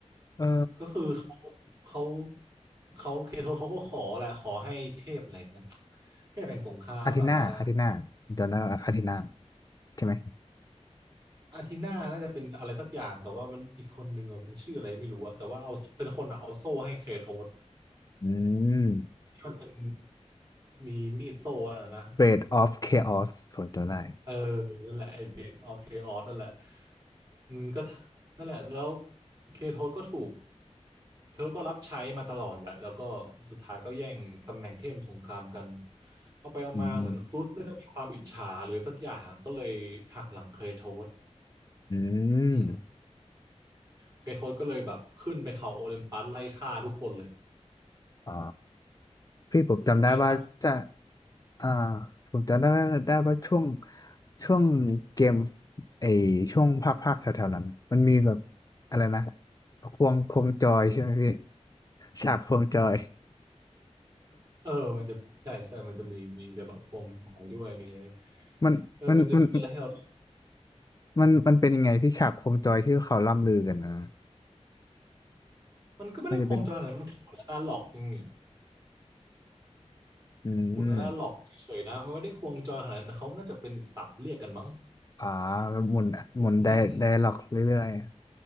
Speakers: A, on the left; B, on the right.
A: เออ
B: ก็คือเขาเขาเขาเคโทเขาก็ขอแหละขอให้เทพอะไรนะเทพแห่งสงครามอะมา
A: อาทิตย์หน้าอาทิตย์หน้าเดี๋ยวนะอาทิตย์หน้าใช่ไหม
B: อาทิน่าน่าจะเป็นอะไรสักอย่างแต่ว่ามันอีกคนหนึ่งอะมันชื่ออะไรไม่รู้อะแต่ว่าเอาเป็นคนอะเอาโซ่ให้เคโทส
A: อืม
B: ที่มันเป็นมีมีดโซ่อะนะ
A: b e a d of Chaos ผมจำได้
B: เออนั่นแหละไอ้ Base of Chaos นั่นแหละอืมก็นั่นแหละ แล้วเคโทสก็ถูกเคโทสก็รับใช้มาตลอดแหละแล้วก็สุดท้ายก็แย่งตำแหน่งเทพสงครามกัน เอาไปเอามาเหมือนซุดน่าจะมีความอิจฉาหรือสักอย่างก็เลยหักหลังเคโทส
A: อืมอื
B: อืม
A: ม
B: เคโทสก็เลยแบบขึ้นไปเขาโอลิมปัสไล่ฆ่าทุกคนเลย
A: อ๋อพี่ผมจำได้ว่าจะ
B: อืมไล่ฆ่า
A: อ่าผมจำได้ได้ว่าช่วง ช่วงเกมไอช่วงภาคภาคแถวๆนั้น มันมีแบบอะไรนะ ควงควงจอยใช่ไหมพี่ฉากควงจอย
B: เออมันจะใช่ใช่มันจะมีมีแบบแบบควงจอยด้วยมีอะไร
A: มันมันมัน
B: เออ มันจะมีอะไรให้เรา
A: มันมันเป็นยังไงพี่ฉากโคมจอยที่เขาล่ำลือกันนะ
B: มันก็ไม่ได้ควงจอยอะไรมันคือหน้าหลอกอืม
A: มันจะเป็นอืม
B: หมุนน่าหลอกเฉยๆนะมันไม่ได้ควงจอยขนาดนั้นเขาน่าจะเป็นสัตว์เรียกกันมั้ง
A: อ่าหมุนหมุนไดไดล็อกเรื่อย
B: อืม